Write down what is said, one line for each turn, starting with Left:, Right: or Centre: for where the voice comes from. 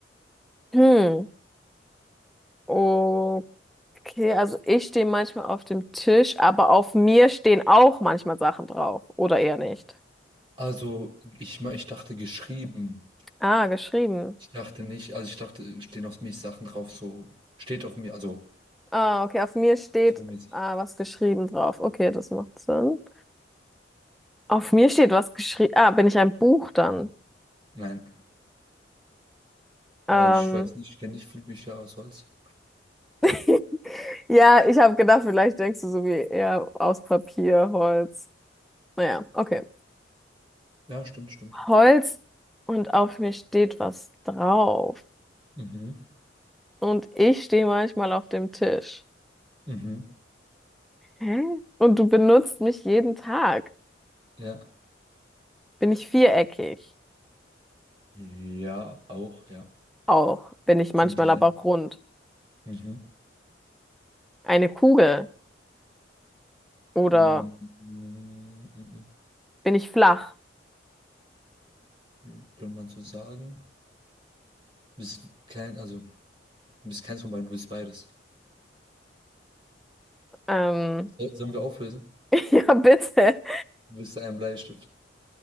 Centre: Hm. Okay, also ich stehe manchmal auf dem Tisch, aber auf mir stehen auch manchmal Sachen drauf. Oder eher nicht.
Right: Also, ich, me- ich dachte geschrieben.
Centre: Ah, geschrieben.
Right: Ich dachte nicht, also ich dachte, stehen auf mich Sachen drauf, so, steht auf mir, also,
Centre: Ah, okay, auf mir steht
Right: so mäßig.
Centre: ah, was geschrieben drauf. Okay, das macht Sinn. Auf mir steht was geschrieben. Ah, bin ich ein Buch dann?
Right: Nein.
Centre: Ähm,
Right: Ja, ich weiß nicht, ich kenne nicht viele Bücher aus Holz.
Centre: <laughs> ja, ich habe gedacht, vielleicht denkst du so wie eher aus Papier, Holz. Naja, okay.
Right: Ja, stimmt, stimmt.
Centre: Holz und auf mir steht was drauf.
Right: Mhm.
Centre: Und ich stehe manchmal auf dem Tisch.
Right: Mhm.
Centre: Hä? Und du benutzt mich jeden Tag.
Right: Ja.
Centre: Bin ich viereckig?
Right: Ja, auch, ja.
Centre: Auch. Bin ich manchmal
Right: Zum Teil.
Centre: aber rund.
Right: Mhm.
Centre: Eine Kugel? Oder
Right: Mhm. Mhm.
Centre: bin ich flach?
Right: Mhm. Könnte man so sagen. Du bist kein, also, du bist keins von beiden, du bist beides.
Centre: Ähm,
Right: So- Sollen wir auflösen?
Centre: <laughs> ja, bitte.
Right: Du bist ein Bleistift.